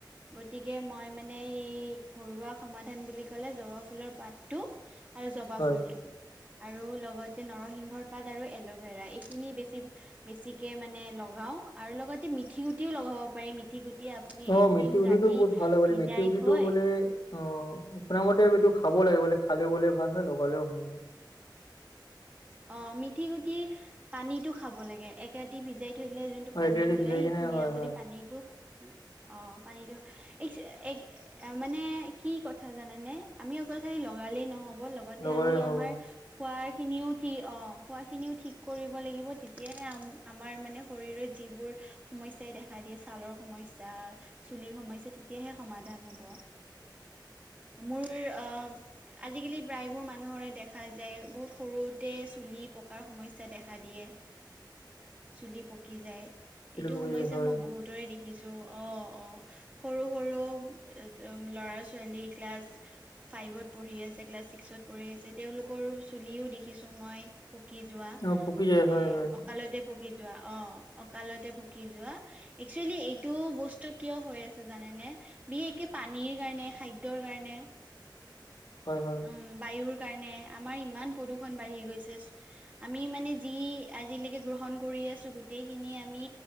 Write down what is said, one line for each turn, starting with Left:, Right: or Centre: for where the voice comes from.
Right: গতিকে মই মানে ঘৰুৱা সমাধান বুলি ক'লে জবা ফুলৰ পাতটো আৰু জবা
Left: হয়
Right: ফুলটো। আৰু লগতে নৰসিংহৰ পাত আৰু এল'ভেৰা এইখিনি বেছি বেছিকে মানে লগাওঁ। আৰু লগতে মিঠি গুটিও লগা ব পাৰি মেথি গুটি আপুনি
Left: অ',
Right: একদিন
Left: মেথি গুটিটো
Right: ৰাতি
Left: বহুত ভাল হয় বোলে
Right: ভিজাই
Left: মেথি উটিটো
Right: থৈ
Left: বোলে অ' শুনা মতে এইটো খাব লাগে বোলে খালেও বোলে ভাল হয় লগালেও ভাল হয়।
Right: অ', মেঠি গুটি পানীতো খাব লাগে এক ৰাতি ভিজাই থৈ দিলে যোনটো
Left: অ
Right: পানী
Left: এক ৰাতি
Right: ওলাই
Left: ভিজাই
Right: সেইখিনি
Left: কিনে হয়
Right: আপুনি
Left: হয়
Right: পানীটো অ' পানীটো এক মানে কি কথা জানেনে। আমি অকল খালি লগালেই নহ'ব। লগতে
Left: লগালে
Right: আমি
Left: নহব
Right: আমাৰ খোৱাখিনিও কি অ খোৱাখিনিও ঠিক কৰিব লাগিব। তেতিয়াহে আম আমাৰ মানে শৰীৰত যিবোৰ সমস্যাই দেখা দিয়ে ছালৰ সমস্যা চুলিৰ সমস্যা তেতিয়াহে সমাধান হ'ব। মোৰ অ' আজিকালি প্ৰায়বোৰ মানুহৰে দেখা যায় বহুত সৰু তে চুলি পকাৰ সমস্যা দেখা দিয়ে। চুলি পকি যায়।
Left: চুলি
Right: এইটো
Left: পকি
Right: সমস্যা
Left: যায় হয়
Right: মই বহুতৰে দেখিছো। টো অ' অ' সৰু সৰু উ-উ ল'ৰা ছোৱালী ক্লাছ ফেইভ ফাইভত পঢ়ি আছে ক্লাছ ছিক্সত পঢ়ি আছে তেওঁলোকৰ চুলিও দেখিছো মই পকি যোৱা
Left: অ পকি যায়
Right: মানে
Left: হয় হয়
Right: অকালতে পকি যোৱা অ' অকালতে পকি যোৱা। একচুৱেলি এইটো বস্তু কিয় হৈ আছে জানেনে? বিশেষকে পানীৰ কাৰণে খাদ্যৰ কাৰণে।
Left: হয় হয়
Right: উম বায়ুৰ কাৰণে আমাৰ ইমান প্ৰদূষ ষন বাঢ়ি গৈছে। আমি মানে যি আজিলৈকে গ্ৰহণ কৰি আছো গোটেইখিনি আমি